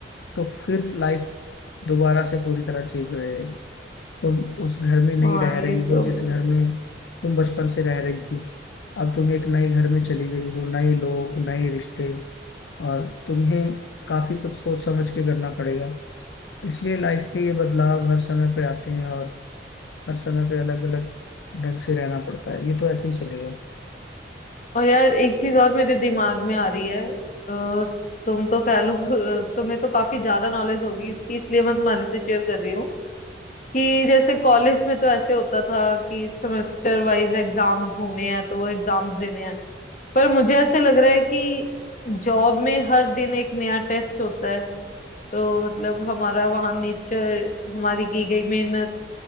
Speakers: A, on the left (about 90°); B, on the left (about 45°).
A: तो फिर लाइफ दोबारा से पूरी तरह चेंज हो जाएगी तुम उस घर में नहीं
B: हाँ
A: रह
B: ये
A: रही हो
B: तो
A: जिस घर में तुम बचपन से रह रही थी अब तुम एक नए घर में चली गई हो नए लोग नए रिश्ते और तुम्हें काफी कुछ सोच समझ के करना पड़ेगा इसलिए लाइफ के ये बदलाव हर समय पे आते हैं और हर समय पे अलग अलग ढंग से रहना पड़ता है ये तो ऐसे ही चलेगा
B: और यार एक चीज और मेरे दिमाग में आ रही है अ, तुम तो कह लो अ, तुम्हें तो काफी ज्यादा नॉलेज होगी इसकी इसलिए मैं तुम्हारे से शेयर कर रही हूँ कि जैसे कॉलेज में तो ऐसे होता था कि सेमेस्टर वाइज एग्जाम्स होने हैं तो वो एग्जाम्स देने हैं पर मुझे ऐसे लग रहा है कि जॉब में हर दिन एक नया टेस्ट होता है तो मतलब हमारा वहाँ नेचर हमारी की गई मेहनत